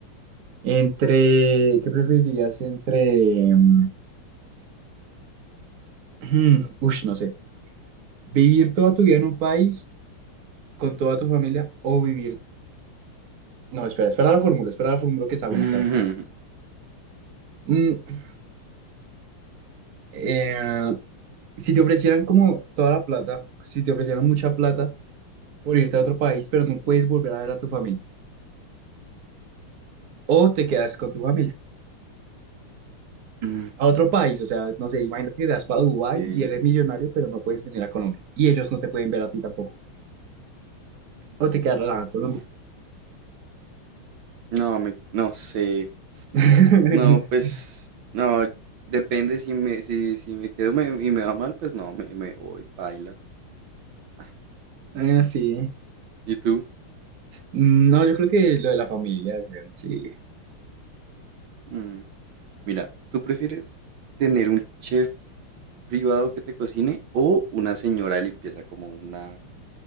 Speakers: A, on the right; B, on the right.
A: Entre, ¿qué preferirías entre, mm, <clears throat> ush, no sé, vivir toda tu vida en un país con toda tu familia o vivir No, espera, espera la fórmula, espera la fórmula que está buena,
B: <laughs>
A: está buena. Mm, eh, si te ofrecieran como toda la plata, si te ofrecieran mucha plata por irte a otro país, pero no puedes volver a ver a tu familia, o te quedas con tu familia
B: Mm,
A: a otro país, o sea, no sé, imagínate que te vas para Dubái
B: ok,
A: y eres millonario, pero no puedes venir a Colombia, y ellos no te pueden ver a ti tampoco, o te quedas relajado en Colombia.
B: uf, no, me, no sé.
A: <laughs>
B: No, pues, no, depende si me, si, si me quedo me- y me va mal, pues no, me, me voy, paila. Ah,
A: Eh, sí.
B: ¿y tú?
A: Mm, No, yo creo que lo de la familia, weón, sí.
B: Mm. Mira, ¿tú prefieres tener un chef privado que te cocine o una señora de limpieza como una,